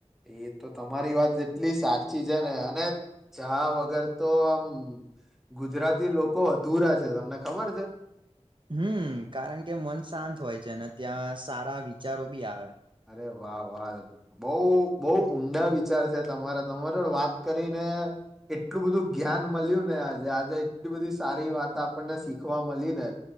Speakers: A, in the centre; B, on the right.
A: એ તો તમારી વાત એટલી સાચી છે ને અને ચા વગર તો આમ ગુજરાતી લોકો અધુરા છે તમને ખબર છે
B: હમ, કારણ કે મન શાંત હોય છે ને ત્યાં સારા વિચારો બી આવે
A: અરે, વાહ, વાહ, બહુ, બહુ ઊંડા વિચાર છે તમારા, તમારે વાત કરીને એટલું બધું જ્ઞાન મલ્યૂ ઘણો ને આજે આજે એટલી બધી સારી વાત આપણને શીખવા મલી ને